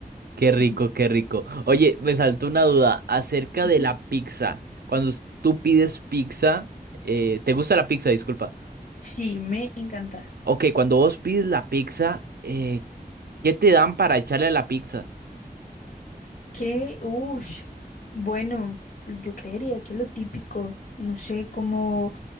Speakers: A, on the right (about 75°); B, on the left (about 70°).
A: Qué
B: ¿sí?
A: rico, qué rico. Oye, me saltó una duda acerca
B: Ujú.
A: de la pizza. Cuando us- tú pides pizza, eh, ¿te gusta la pizza? Disculpa.
B: Sí, me encanta.
A: Ok, cuando vos pides la pizza, eh, ¿qué te dan para echarle a la pizza?
B: Que, uff, bueno, yo creería que lo típico, no sé, como